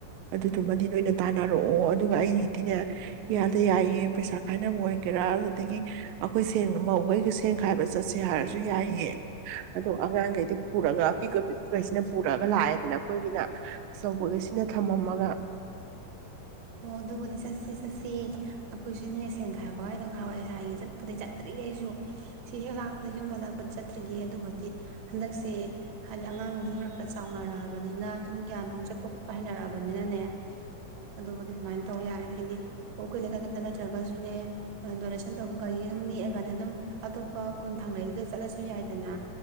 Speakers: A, on the right; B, on the right.
A: ꯑꯗꯨꯗꯨꯃꯗꯤ ꯅꯣꯏꯅ ꯇꯥꯟꯅꯔꯛꯑꯣ ꯑꯗꯨꯒ ꯑꯩꯗꯤꯅꯦ ꯏꯌꯥꯗ ꯌꯥꯏꯌꯦ ꯄꯩꯁꯥ ꯈꯥꯏꯅꯕ ꯑꯣꯏꯒꯦꯔꯥ ꯑꯗꯨꯗꯒꯤ ꯑꯩꯈꯣꯏ ꯁꯦꯡꯅ ꯃꯧꯒꯩ ꯁꯦꯟ ꯈꯥꯏꯕ ꯆꯠꯁꯦ ꯍꯥꯏꯔꯁꯨ ꯌꯥꯏꯌꯦ ꯑꯗꯣ ꯑꯉꯥꯡꯒꯩꯗꯤꯄꯨꯔꯒ ꯄꯤꯛꯇꯀ ꯄꯤꯛꯄꯈꯩꯁꯤꯅ ꯄꯨꯔꯛꯑꯒ ꯂꯥꯛꯑꯦꯗꯅ ꯑꯩꯈꯣꯏꯒꯤꯅ ꯑꯆꯧꯕꯈꯩꯁꯤꯅ ꯊꯝꯃꯝꯃꯒ
B: ꯑꯣ ꯑꯗꯨꯕꯨꯗꯤ ꯆꯠꯁꯤ ꯆꯠꯁꯤ ꯑꯩꯈꯣꯏꯁꯨꯅꯦ ꯁꯦꯟ ꯈꯥꯏꯕꯒꯥꯏꯗꯣ ꯅꯍꯥꯟꯋꯏ ꯂꯩꯁꯔꯤꯉꯏ ꯆꯠꯄꯗꯩꯩ ꯆꯠꯇ꯭ꯔꯤ ꯑꯩꯁꯨ ꯁꯤ ꯍꯦꯛ ꯂꯥꯛꯄ ꯌꯨꯝ ꯆꯠꯇ꯭ꯔꯤꯌꯦ ꯑꯗꯨꯕꯨꯗꯤ ꯍꯟꯗꯛꯁꯦ ꯍꯥꯏꯗꯤ ꯑꯉꯥꯡꯗꯨꯁꯨ ꯈꯔ ꯈꯔ ꯆꯥꯎꯅꯔꯛꯑꯕꯅꯤꯅ ꯑꯗꯨꯝ ꯒ꯭ꯌꯥꯟ ꯅꯨꯡ ꯆꯠꯄ ꯈꯣꯠꯄ ꯍꯩꯅꯔꯛꯑꯕꯅꯤꯅꯅꯦ ꯑꯗꯨꯕꯨꯗꯤ ꯑꯗꯨꯃꯥꯏꯅ ꯇꯧ ꯌꯥꯔꯦ ꯍꯥꯏꯗꯤ ꯑꯩꯈꯣꯏ ꯂꯩꯀꯥꯏ ꯈꯛꯇ ꯅꯠꯇ꯭ꯔꯒꯁꯨꯅꯦ ꯗꯣꯅꯦꯁꯟ ꯇꯧꯕ ꯒꯥꯔꯤ ꯑꯗꯨꯝ ꯅꯦꯛꯑꯒꯅꯦ ꯑꯗꯨꯝ ꯑꯇꯣꯞꯄ ꯈꯨꯟ ꯊꯥꯡꯅꯩꯖꯤꯗ ꯆꯠꯂꯁꯨ ꯌꯥꯏꯗꯅ